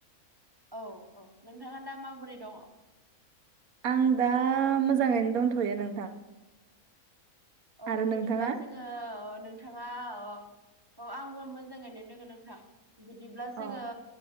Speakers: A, on the right (about 20°); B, on the right (about 75°).
A: औ औ नोंथाङा दा माबोरै दङ?
B: आं दा मोजाङैनो दंथ'यो नोंथां।
A: औ
B: आरो
A: बिदिब्ला
B: नोंथाङा
A: जोङो। औ नोंथाङा अ अ आंबो मोजाङैनो दोङो नोंथां। बिदिब्ला जोङो
B: अ